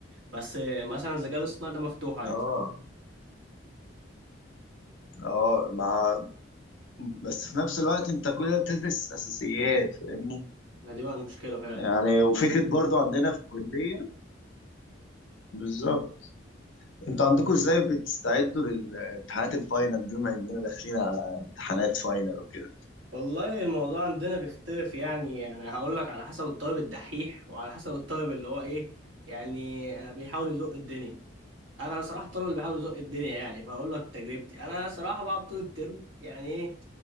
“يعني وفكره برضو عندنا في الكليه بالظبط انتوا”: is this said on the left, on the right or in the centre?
Left